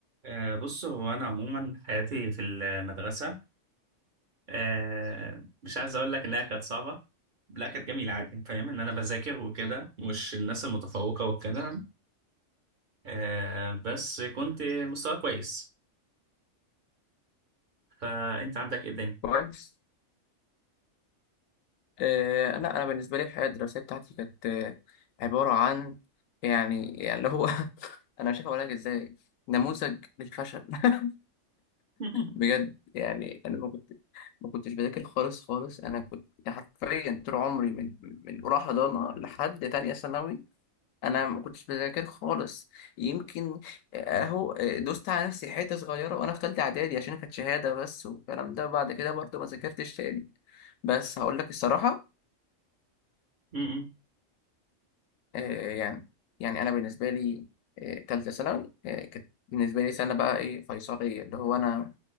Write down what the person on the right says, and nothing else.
آه، بص هو أنا عموما حياتي في المدرسة آه، مش عايز أقول لك إنها كانت صعبة لا كانت جميلة عادي فاهم إن أنا بذاكر وكده مش الناس المتفوقة وكده آه، بس كنت مستوى كويس فأنت عندك إيه الدنيا
<laughs>
م-م.